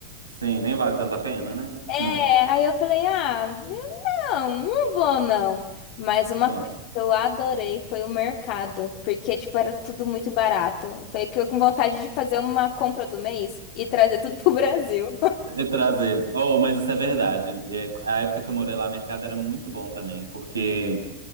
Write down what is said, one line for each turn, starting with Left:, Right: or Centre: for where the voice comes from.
Right: Sim, nem vale tanta pena, né?
Left: É,
Right: Hum,
Left: aí eu falei, ah. Não, não vou não. Mas uma
Right: é.
Left: coisa que eu adorei foi o mercado, porque tipo era tudo muito barato. Foi que eu com vontade de fazer uma compra do mês e trazer tudo pro Brasil. <laughs>
Right: E trazer. Oh, mas isso é verdade. E é- a época que eu morei lá, o mercado era muito bom também, porque